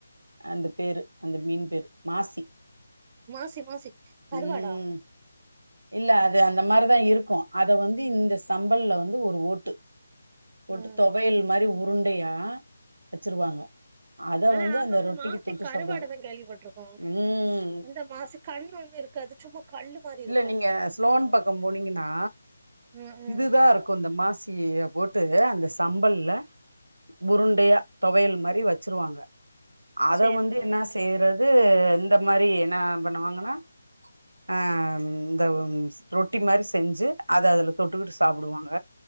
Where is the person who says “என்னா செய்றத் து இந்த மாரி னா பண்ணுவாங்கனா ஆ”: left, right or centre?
Right